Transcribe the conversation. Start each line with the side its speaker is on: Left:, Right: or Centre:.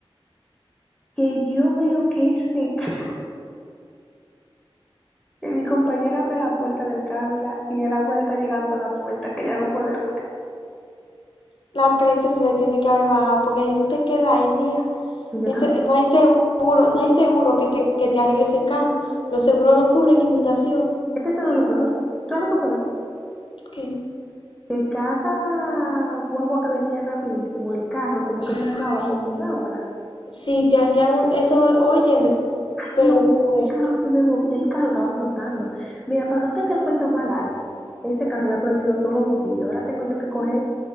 Centre: Que yo veo que ese ca- <laughs> que mi compañera abre la puerta del carro y, la, y el agua le está llegando a la puerta, que ya no puede más.
Left: La presión se te tiene que haber bajado, porque si tú te quedas ahí, mira,
Centre: Y yo
Left: ese,
Centre: estaba
Left: no hay seguro, no hay seguro que te, que te arregle ese carro. Los seguros no cubren inundación.
Centre: Es que esto no es lo peor. Todo lo peor.
Left: ¿Qué?
Centre: Que cada guagua que venía rapidísimo, el carro como que
Left: Ay,
Centre: chocaba como una ola.
Left: Si te hacían un- eso, óyeme, pero
Centre: Yo,
Left: fuerte.
Centre: el carro se me movía, el carro estaba flotando. Mira, para no ser el cuento más largo, ese carro me ha prendido todos los bombillos. Ahora tengo yo que coger